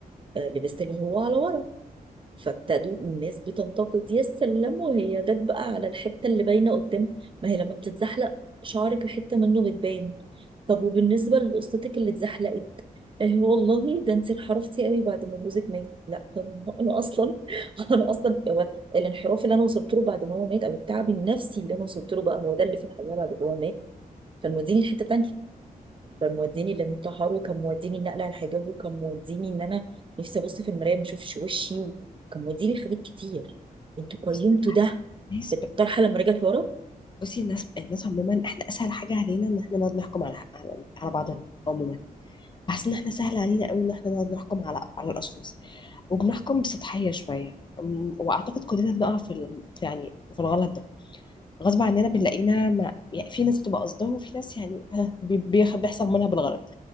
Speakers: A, on the right (about 35°); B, on the left (about 30°).
A: آه، لبست اللي هو على ورا فابتدوا الناس بتنتقد يا سلام وهي جت بقى على الحتة اللي باينة قدام ما هي لما بتتزحلق شعرك حتة منه بتبان طب وبالنسبة لقصتك اللي اتزحلقت آه، والله ده انت انحرفتي قوي بعد ما جوزك مات لا طب ما هو انا اصلا <laughs> انا اصلا هو الانحراف اللي انا وصلت له بعد ما هو مات او التعب النفسي اللي انا وصلت له بقى هو ده اللي في الحقيقه بعد ما هو مات كان موديني لحته تانية كان موديني الانتحار وكان موديني النقل على الحجاب وكان موديني ان انا نفسي ابص في المرايه ما اشوفش وشي وكان موديني حاجات كتير انتوا
B: بس
A: قيمتوا
B: أنا بحس-
A: ده
B: ناس
A: في
B: ب-
A: الطرحه لما رجعت ورا
B: بصي الناس الناس عموما احنا اسهل حاجه علينا ان احنا نقعد نحكم على على على بعضنا عموما بحس ان احنا سهل علينا قوي ان احنا نقعد نحكم على على الاشخاص وبنحكم بسطحيه شويه أم، واعتقد كلنا بنقع في ال- في يعني في الغلط ده غصب عننا بنلاقينا ما يعني في ناس بتبقى قصدها وفي ناس يعني آه، بي- بيخ- بيحصل منها بالغلط